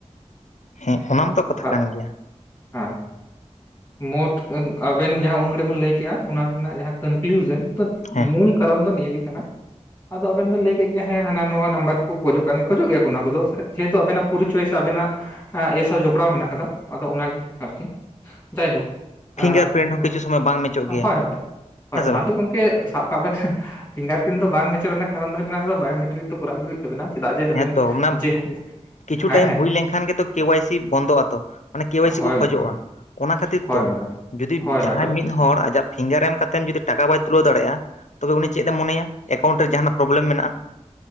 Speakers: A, on the left; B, on the left.
A: ᱦᱮᱸ ᱚᱱᱟ ᱢᱟᱛᱚ ᱠᱟᱛᱷᱟ
B: ᱟᱨ
A: ᱠᱟᱱ ᱜᱮᱭᱟ᱾
B: ᱦᱮᱸ ᱢᱳᱴ ᱟᱵᱮᱱ ᱡᱟᱦᱟᱸ ᱩᱱ ᱜᱷᱟᱹᱲᱤᱡ ᱵᱮᱱ ᱞᱟᱹᱭ ᱠᱮᱜᱼᱟ ᱚᱱᱟ ᱨᱮᱱᱟᱜ ᱡᱟᱦᱟᱸ ᱠᱟᱱᱠᱩᱞᱩᱡᱚᱱ
A: ᱦᱮᱸ
B: ᱢᱩᱞ ᱠᱟᱨᱚᱱ ᱫᱚ ᱱᱤᱭᱟᱹ ᱜᱮ ᱠᱟᱱᱟ᱾ ᱟᱫᱚ ᱟᱵᱮᱱ ᱵᱮᱮᱱ ᱞᱟᱹᱭ ᱠᱮᱫ ᱜᱮᱭᱟ ᱦᱮᱸ ᱦᱟᱱᱟ ᱱᱟ ᱱᱟᱢᱵᱟᱨ ᱠᱚᱠᱚ ᱠᱷᱚᱡᱚᱜ ᱠᱟᱱᱟ ᱠᱷᱚᱡᱚᱜ ᱜᱮᱭᱟ ᱠᱚ ᱚᱱᱟ ᱠᱚᱫᱚ ᱡᱮᱦᱮᱛᱩ ᱟᱵᱮᱱᱟᱜ ᱯᱚᱨᱤᱪᱚᱭᱮᱥ ᱟᱵᱮᱱᱟᱜ ᱮᱤᱭᱟᱹ ᱥᱟᱶ ᱡᱚᱯᱲᱟᱣ ᱢᱮᱱᱟᱜ ᱟᱠᱟᱫᱟ ᱟᱫᱚ ᱚᱱᱟᱜᱮ ᱟᱨᱠᱤ ᱡᱟᱭ ᱦᱳᱠ
A: ᱯᱷᱤᱝᱜᱟᱨ
B: ᱟᱨ
A: ᱯᱨᱤᱱᱴ ᱦᱚᱸ
B: ᱜᱳ
A: ᱠᱤᱪᱷᱩ ᱥᱚᱢᱚᱭ ᱵᱟᱝ ᱢᱮᱪᱚᱜ ᱜᱮᱭᱟ
B: ᱦᱳᱭ ᱦᱳᱭ
A: ᱦᱮᱸ ᱥᱮ
B: ᱚᱱᱟ
A: ᱵᱟᱝ
B: ᱫᱚ ᱜᱚᱝᱠᱮ ᱥᱟᱵ ᱠᱟᱜ ᱵᱮᱱ ᱯᱷᱤᱜᱟᱨ ᱯᱨᱤᱱᱴ ᱫᱚ ᱵᱟᱝ ᱢᱮᱪᱚᱜ ᱨᱮᱱᱟᱜ ᱠᱟᱨᱚᱱ ᱫᱚ ᱦᱩᱭᱩᱜ ᱠᱟᱱᱟ ᱵᱟᱭᱳᱢᱴᱨᱤᱠ ᱫᱚ ᱠᱚᱨ ᱜᱮ ᱦᱩᱭᱩᱜ ᱠᱟᱱᱟ᱾ ᱛᱟᱵᱮᱱᱟ ᱪᱮᱫᱟᱜ ᱡᱮ ᱟᱵᱮᱱ
A: ᱦᱮᱸᱛᱚ ᱚᱱᱟ
B: ᱡᱮ
A: ᱠᱤᱪᱷᱩ
B: ᱦᱮᱸ
A: ᱴᱟᱭᱤᱢ
B: ᱦᱮᱸ
A: ᱦᱩᱭ ᱞᱮᱱᱠᱷᱟᱱ ᱜᱮᱛᱚ ᱠᱮ ᱣᱟᱭᱥᱤ ᱵᱚᱱᱫᱚᱜ ᱟ ᱛᱚ ᱠᱮ ᱣᱟᱭᱥᱤ
B: ᱦᱳᱭ
A: ᱠᱚ ᱠᱷᱚᱡᱚᱜᱼᱟ᱾
B: ᱜᱚᱝᱠᱮ ᱦᱳᱭ
A: ᱚᱱᱟ ᱠᱷᱟᱹᱛᱤᱨ
B: ᱦᱳᱭ
A: ᱛᱚ
B: ᱜᱚᱝᱠᱮ
A: ᱡᱩᱫᱤ
B: ᱦᱳᱭ
A: ᱡᱟᱦᱟᱸᱭ
B: ᱦᱳᱭ ᱟᱫᱚ
A: ᱢᱤᱫ ᱦᱚᱲᱚᱲ ᱟᱡᱟᱜ ᱯᱷᱤᱝᱜᱟᱨ ᱮᱢ ᱠᱟᱛᱮᱢ ᱡᱩᱫᱤ ᱴᱟᱠᱟ ᱵᱟᱭ ᱛᱩᱞᱟᱹᱣ ᱫᱟᱲᱮᱭᱟᱜᱼᱟ ᱛᱚᱵᱮ ᱩᱱᱤ ᱪᱮᱫ ᱮᱢ ᱢᱚᱱᱮᱭᱟ ᱮᱠᱟᱣᱩᱱᱴ ᱨᱮ ᱡᱟᱦᱟᱱᱟᱜ ᱯᱨᱚᱵᱞᱮᱢ ᱢᱮᱱᱟᱜᱼᱟ᱾